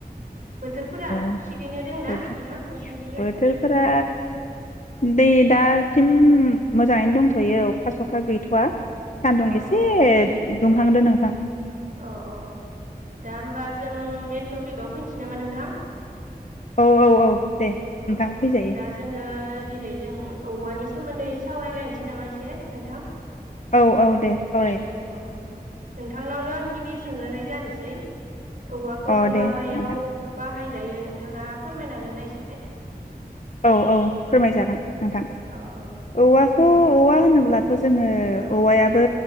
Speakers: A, on the right; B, on the left.
A: बोथोरफोरा
B: औ
A: थिगैनो दंना
B: बोथोर
A: नोंथां नोंसोरनिखैबो
B: बोथोरफोरा दै दासिम उम मोजाङैनो दंथयो अखा सखा गैथ आ सान्दुं
A: अ
B: एसे
A: अ
B: दुंखांदो नोंथां
A: अ अ दा होमबा जों मेन टपिकआव फैनोसै नामा नोंथां
B: औ औ औ दे
A: अ
B: नोंथां
A: अ
B: फैजायो
A: दा जोङो दिनै जों औवानि सोमोन्दै सावरायलायनोसै नामा एसे नोंथां
B: औ औ दे सावराय
A: अ अ नोंथांनावनो आं गिबि सोंग्रोनाय जानोसै औवाखौ
B: अ दे
A: मा मायाव
B: नोंथां
A: बाहायो जायो नोंथाङा फोरमायनो हागोन ना एसे
B: औ औ फोरमायजागोन नोंथां
A: औ औ
B: औवाखौ
A: दे
B: औवा होनोब्ला थ जोङो
A: औ
B: औवायाबो